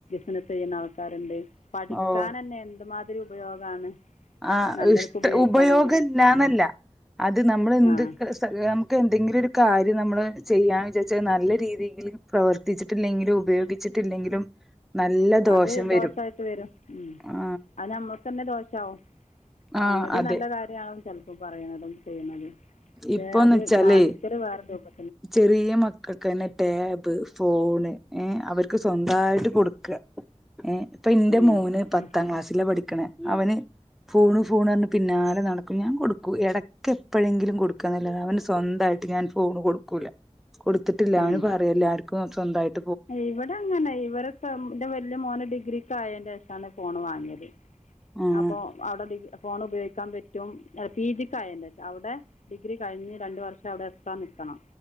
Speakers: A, on the left; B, in the centre.
A: അങ്ങനെ ചെയ്യുന്ന ആൾക്കാരുണ്ട് പഠിക്കാൻ
B: ഓ
A: തന്നെ എന്ത്മാതിരി ഉപയോഗമാണ്
B: ആ
A: നല്ലവർക്ക്
B: ഇഷ്ട
A: ഉപയോഗിക്കുകയാണെങ്കിൽ
B: ഉപയോഗം ഇല്ലാന്നല്ല അത് നമ്മളെന്ത്
A: ആ
B: നമുക്ക് എന്തെങ്കിലും ഒരു കാര്യം നമ്മള് ചെയ്യാന്ന് വച്ചാ നല്ല രീതിയിൽ പ്രവർത്തിച്ചിട്ടില്ലെങ്കിലും ഉപയോഗിച്ചിട്ടില്ലെങ്കിലും നല്ല ദോഷം
A: അത്
B: വരും
A: ദോഷായിട്ട് വരും ഉം
B: ആ
A: അത് നമ്മൾക്ക് തന്നെ ദോഷാവും
B: ആ
A: സംഗതി
B: അതെ
A: നല്ല കാര്യമാണ് ഇപ്പൊ പറയുന്നതും ചെയ്യണതും
B: ഇപ്പൊന്ന്
A: അത്
B: വെച്ചാലേ
A: ബാധിക്കൽ വേറെപ
B: ചെറിയ മക്കൾക്ക് തന്നെ ടാബ് ഫോണ് ഏ അവർക്ക് സ്വന്തമായിട്ട് കൊടുക്കുക ഏ ഇപ്പൊ എന്റെ
A: ഉം
B: മോന് പത്താം
A: ഉം
B: ക്ലാസ്സില് പഠിക്കണ അവന് ഫോണ് ഫോൺ പറഞ്ഞു പിന്നാലെ നടക്കും ഞാൻ കൊടുക്കും ഇടക്ക് എപ്പോഴെങ്കിലും കൊടുക്കുകന്നല്ലാതെ അവന് സ്വന്ത ട്ട് ഞാൻ ഫോൺ കൊടുക്കുല കൊടുത്തിട്ടില്ല
A: ഉം
B: അവ പറയും എല്ലർക്കും സ്വന്തമായിട്ട
A: ഇവിടെ അങ്ങനെ ഇവടെക്കെ എന്റെ വലിയ മോന ഡിഗ്രിക്ക് ആയന്റെേഷാണ് ഫോണ് വാങ്ങിയത്
B: ആഹ്
A: അപ്പോ അവിടെ ഫോൺ ഉപയോഗിക്കാൻ പറ്റും പി ജിക്ക് അയേറ്റശേഷം അവിടെ ഡിഗ്രി കഴിഞ്ഞ രണ്ടു വർഷം അവിടെ എക്സ്ട്രാ നിക്കണം